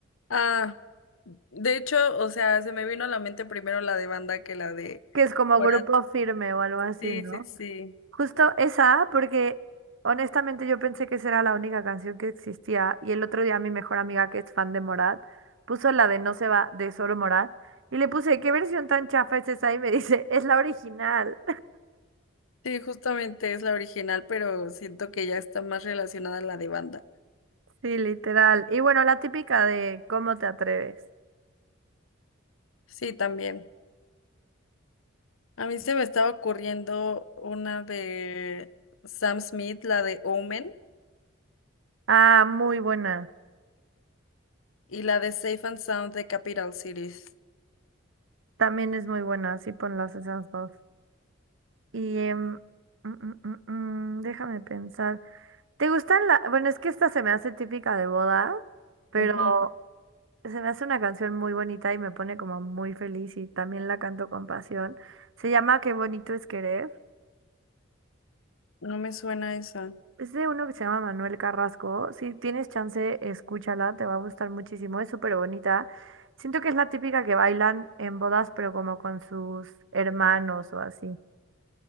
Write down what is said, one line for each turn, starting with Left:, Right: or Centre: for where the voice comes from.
Left: Ah, de hecho, o sea, se me vino a la mente primero la de Banda que la de
Right: que es como
Left: Morat.
Right: Grupo Firme o algo así,
Left: Sí,
Right: ¿no?
Left: sí, sí.
Right: Justo esa, porque honestamente yo pensé que esa era la única canción que existía. Y el otro día mi mejor amiga, que es fan de Morat, puso la de No se va de solo Morat. Y le puse, ¿qué versión tan chafa es esa? Y me <laughs> dice, es la original.
Left: Sí, justamente es la original, pero siento que ya está más relacionada a la de Banda.
Right: Sí, literal. Y bueno, la típica de ¿Cómo te atreves?
Left: Sí, también. A mí se me estaba ocurriendo una de Sam Smith, la de Omen,
Right: Ah, muy buena.
Left: y la de Safe and Sound de Capital Cities.
Right: También es muy buena, así ponlas esas dos. Y em, mm, mm, mm, mm, déjame pensar. ¿Te gustan la... Bueno, es que esta se me hace típica de boda, pero
Left: Ujú,
Right: se me hace una canción muy bonita y me pone como muy feliz y también la canto con pasión. Se llama Qué bonito es querer.
Left: No me suena esa.
Right: Es de uno que se llama Manuel Carrasco. Si tienes chance, escúchala, te va a gustar muchísimo. Es súper bonita. Siento que es la típica que bailan en bodas, pero como con sus hermanos o así.